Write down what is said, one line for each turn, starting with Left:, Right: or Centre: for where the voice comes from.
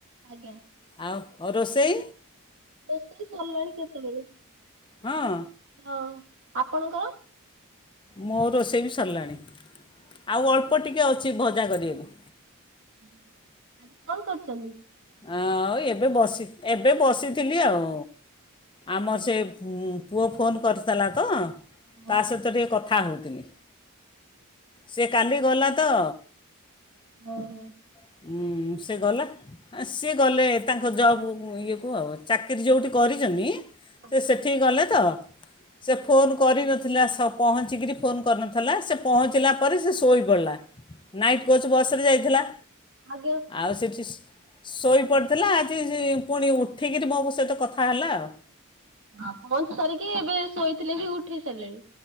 Right: ଆଜ୍ଞା।
Left: ଆଉ ରୋଷେଇ?
Right: ରୋଷେଇ ସରିଲାଣି କେତେବେଳୁ।
Left: ହଁ।
Right: ହଁ, ଆପଣଙ୍କର?
Left: ମୋ ରୋଷେଇ ବି ସରିଲାଣି ଆଉ ଅଳ୍ପ ଟିକେ ଅଛି ଭଜା କରିବାକୁ।
Right: <inaudible> ଆଜି କଣ କରଛନ୍ତି?
Left: ଆଉ ଏବେ ବସି ଏବେ ବସିଥିଲି ଆଉ, ଆମର ସେ ଉଁ, ପୁଅ ଫୋନ୍ କରିଥିଲା ତ ତା
Right: ଓହୋ
Left: ସହିତ ଟିକେ କଥା ହଉଥିଲି। ସେ କାଲି ଗଲା ତ।
Right: ଓ ହୋ।
Left: ଉଁ, ସେ ଗଲା ହଁ ସିଏ ଗଲେ ତାଙ୍କ ଜବ୍ ଇଏ କୁ ଆଉ। ଚାକିରି ଯୋଉଠି କରିଚନି
Right: ଆଚ୍ଛା
Left: ସେ ସେଠିକି ଗଲେ ତ। ସେ ଫୋନ୍ କରିନଥିଲା ସ-ପହଞ୍ଚିକିରି ଫୋନ୍ କରିନଥିଲା ସେ ପହଞ୍ଚିଲା ପରେ ସେ ଶୋଇପଡ଼ିଲା।
Right: <unintelligible>
Left: ନାଇଟ୍ କୋଚ୍ ବସ୍ ରେ ଯାଇଥିଲା।
Right: ଆଗେ
Left: ଆଉ ସେଠିଶ୍ ଶୋଇପଡ଼ିଥିଲା ଆଜି ସି- ପୁଣି ଉଠିକିରି ମୋ ସହିତ କଥା ହେଲା ଆଉ।
Right: ହଁ ପହଁଞ୍ଚି ସାରିକି ଏବେ ଶୋଇଥିଲେ ବି ଉଠେଇ ସାରିଲେଣି।